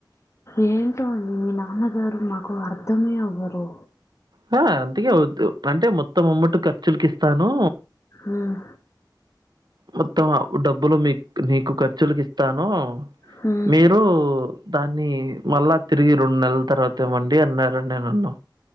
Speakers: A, on the left; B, on the right.
A: ఏంటో అండి మీ నాన్నగారు మాకు అర్ధమే అవ్వరు
B: హా అందికే వద్దు అంటే మొత్తం ఉమ్మట్ ఖర్చులుకి ఇస్తాను
A: హమ్
B: మొత్తం డబ్బులు మీ నీకు ఖర్చులకు ఇస్తాను
A: హ్మ్.
B: మీర్ రు దాన్ని మళ్ళా తిరిగి రెండు నెలల తర్వాత ఇవ్వండి అన్నారని నేనన్నా